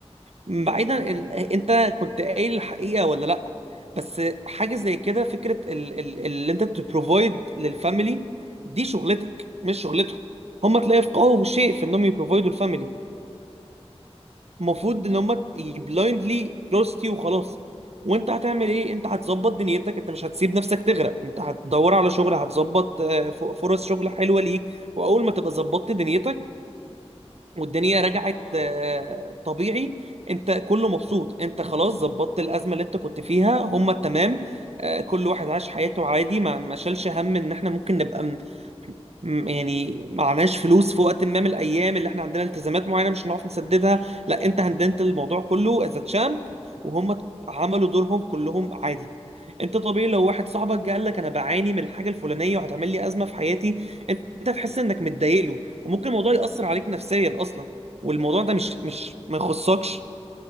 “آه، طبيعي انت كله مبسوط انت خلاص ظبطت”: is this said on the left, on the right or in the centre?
Right